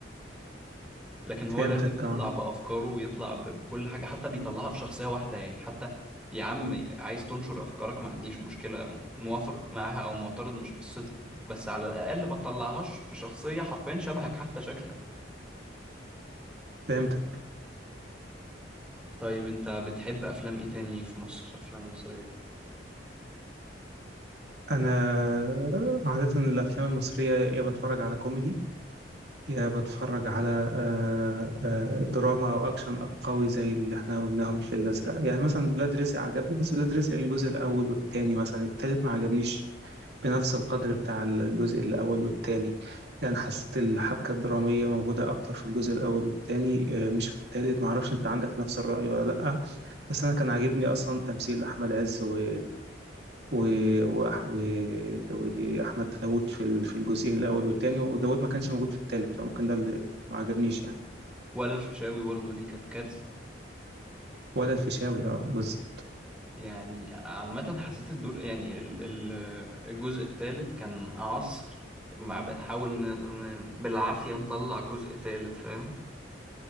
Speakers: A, in the centre; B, on the right.
A: لكن هو
B: فهمتك
A: لازم يطلع
B: اه
A: بأفكاره ويطلع ب- بكل حاجة حتى بيطلعها في شخصية واحدة يعني حتى يا عم عايز تنشر أفكارك ما عنديش مشكلة م- موافق معاها أو معترض مش قصتي بس على الأقل ما تطلعهاش في شخصية حرفيا شبهك حتى شكلا
B: فهمتك
A: طيب أنت بتحب أفلام إيه تاني في مصر أفلام مصرية
B: أنا عادة الأفلام المصرية يا بتفرج على كوميدي يا بتفرج على آه، آه، دراما أو أكشن قوي زي اللي احنا قلناهم في الأزرق يعني مثلا ولاد رزق عجبني بس ولاد رزق الجزء الأول والتاني مثلا التالت ما عجبنيش بنفس القدر بتاع الجزء الأول والتاني يعني حسيت الحبكة الدرامية موجودة أكتر في الجزء الأول والتاني آه، مش في التالت معرفش أنت عندك نفس الرأي ولا لأ بس أنا كان عاجبني أصلا تمثيل أحمد عز و... و... و... و... وأحمد داوود في ال- في الجزئين الأول والتاني وداوود ما كانش موجود في التالت فممكن ده اللي ما عجبنيش يعني
A: ولا الفيشاوي برضو دي كانت كارثة
B: ولا الفيشاوي اه بز-
A: يعني عامة حسيت الدور يعني ال- ال- الجزء الثالث كان عصر مع بنحاول ن- ن- بالعافية نطلع جزء ثالث فاهم